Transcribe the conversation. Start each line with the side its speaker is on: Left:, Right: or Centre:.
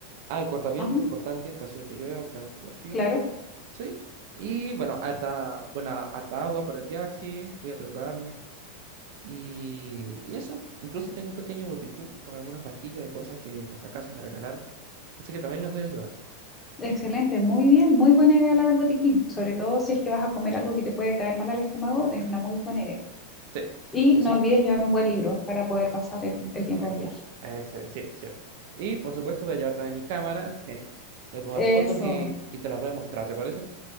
Right: Ah, el cortaviento,
Left: Ajá,
Right: importante en caso de que llueva o que haga un poco de frío.
Left: claro.
Right: Sí. Y bueno, harta, buena, harta agua para el viaje, voy a prepararme. Y, y eso, incluso tengo un pequeño botiquín con algunas pastillas y cosas que por si acaso me regalaron. Así que también las voy a llevar.
Left: Excelente, muy bien. Muy buena idea la del botiquín. Sobre todo si es que vas a comer algo que te puede caer mal al estómago, es una muy buena idea.
Right: Sí.
Left: Y
Right: Así
Left: no olvides llevar un buen libro para poder pasar el, el tiempo
Right: Ex-
Left: del viaje.
Right: Excelente, sí, cierto. Y por supuesto voy a llevar también mi cámara, <laughs> eh, voy a tomar
Left: Eso.
Right: fotos y, y te las voy a mostrar, ¿te parece?